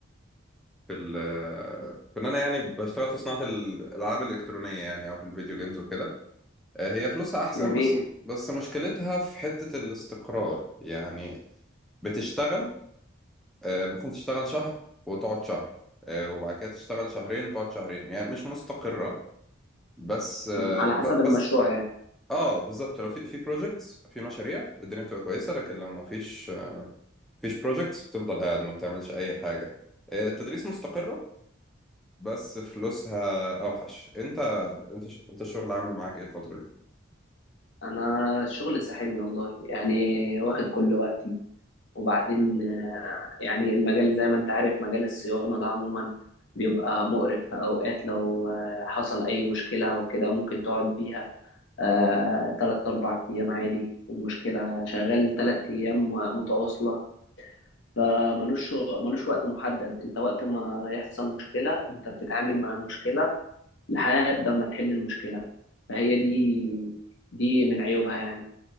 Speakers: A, in the centre; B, on the left.
A: في ال في إن أنا يعني بشتغل في صناعة الألعاب الإلكترونية يعني أو في الفيديو جيمز وكده آه هي فلوسها أحسن
B: جميل
A: بس بس مشكلتها في حتة الاستقرار يعني بتشتغل آه، ممكن تشتغل شهر وتقعد شهر آه، وبعد كده تشتغل شهرين وتقعد شهرين يعني مش مستقرة بس آه،
B: على
A: ب-
B: حسب المشروع
A: بس
B: يعني
A: اه بالظبط لو في في بروجكتس في مشاريع الدنيا بتبقى كويسة لكن لو ما فيش آه، فيش بروجكتس بتفضل قاعد ما بتعملش أي حاجة آه، التدريس مستقرة بس فلوسها أوحش أنت أنت ش- أنت الشغل عامل معاك إيه الفترة دي؟
B: انا الشغل ساحلني والله يعني واخد كل وقتي وبعدين آه، يعني المجال زي ما انت عارف مجال الصيانة ده عموما بيبقى مقرف في أوقات لو آه، حصل أي مشكلة أو كده ممكن تقعد بيها آه، تلات أربع أيام عادي المشكلة شغال تلات أيام متواصلة فملوش شغ- ملوش وقت محدد انت وقت ما يحصل مشكلة انت بتتعامل مع المشكلة لحد ما تحل المشكلة فهي دي دي من عيوبها يعني